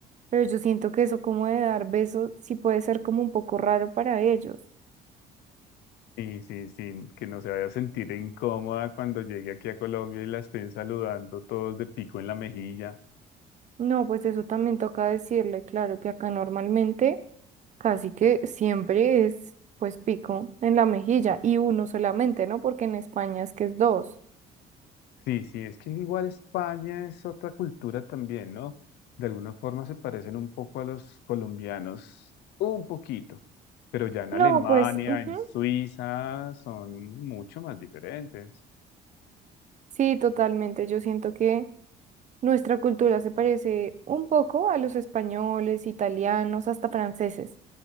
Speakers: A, on the right; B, on the left.
A: Pero yo siento que eso como de dar besos sí puede ser como un poco raro para ellos.
B: Y sí, sí, que no se vaya a sentir incómoda cuando llegue aquí a Colombia y la estén saludando todos de pico en la mejilla.
A: No, pues eso también toca decirle, claro que acá normalmente casi que siempre es pues pico en la mejilla y uno solamente, ¿no? Porque en España es que es dos.
B: Sí, sí, es que igual España es otra cultura también, ¿no? De alguna forma se parecen un poco a los colombianos, un poquito, pero ya en
A: No,
B: Alemania,
A: pues ujú,
B: en Suiza, son mucho más diferentes.
A: sí, totalmente. Yo siento que nuestra cultura se parece un poco a los españoles, italianos, hasta franceses.